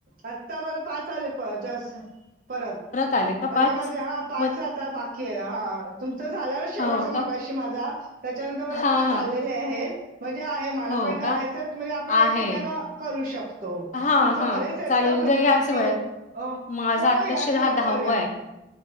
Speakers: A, on the right (about 45°); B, on the left (about 40°).
A: आता मला पाच आले. पचास परत.
B: आले का
A: म्हणजे माझे हा पाच
B: मग
A: आता बा कीये. हा तुमचा झालं ना शेवटचा
B: हो
A: मगाशी
B: का?
A: माझा. त्याच्यानंतर मला
B: हां,
A: पाच
B: हां.
A: केले आहेत. म्हणजे आहे मला
B: हो
A: पण करायचय.
B: का?
A: म्हणजे आपण एकमेकांना
B: आहे.
A: करू शकतो.
B: हां,
A: तुमचे
B: हां.
A: बरेचेत
B: चालेल
A: का? म्हणजे
B: उद्या याच
A: किती
B: वेळेत.
A: ये? अ
B: माझा
A: हो
B: आत्ताशी
A: याच वेळेत
B: हा
A: करूया.
B: आहे.